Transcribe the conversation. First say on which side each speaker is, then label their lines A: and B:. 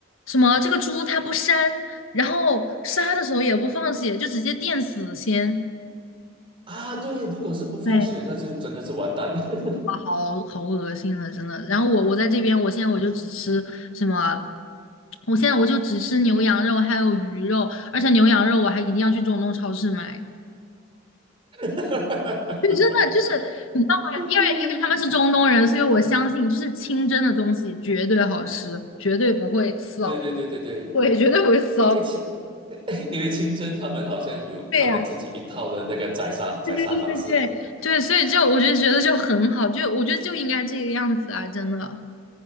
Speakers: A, on the left; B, on the right.
A: 什么这个猪它不膻，然后杀的时候也不放血，就直接电死先。
B: 啊，对，如果是不放血，
A: 对。
B: 那就真的是完蛋了。
A: 好好恶心了，真的。然后我我在这边，我现在我就只吃什么，我现在我就只吃牛羊肉还有鱼肉，而且牛羊肉我还一定要去中东超市买。
B: <laughs>
A: 对，真的就是你知道吗？
B: 嗯，
A: 因为因为他们是中东人，所以我相信就是清真的东西绝对好吃，绝对不会骚，
B: 对对对对对，
A: 对，绝对不会骚。
B: 因为清 <laughs> 因为清真他们好像有他们自己一套的那个宰杀宰杀方式，
A: 对呀、对对对对对，所以就我就觉得就很好，就我觉得就应该这个样子啊，真的，